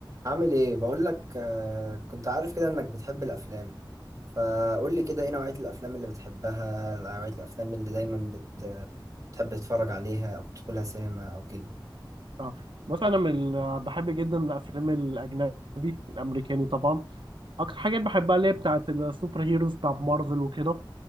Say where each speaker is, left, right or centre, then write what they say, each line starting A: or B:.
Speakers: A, on the right; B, on the right.
A: عامل ايه بقول لك آه كنت عارف كده انك بتحب الافلام فقول لي كده ايه نوعية الافلام اللي بتحبها نوعية الافلام اللي دايما بت بتحب تتفرج عليها او تدخلها سينما او كده
B: اه بص انا من ال- بحب جدا الافلام الاجنبي الامريكاني طبعا اكتر حاجات بحبها اللي هي بتاعت السوبر هيروز بتاعت مارفل وكده